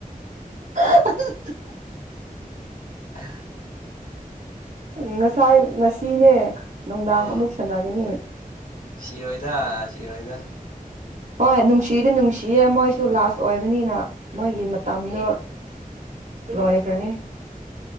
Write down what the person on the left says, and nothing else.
ꯎ
ꯎꯝ
ꯁꯤꯔꯣꯏꯗ ꯁꯤꯔꯣꯏꯗ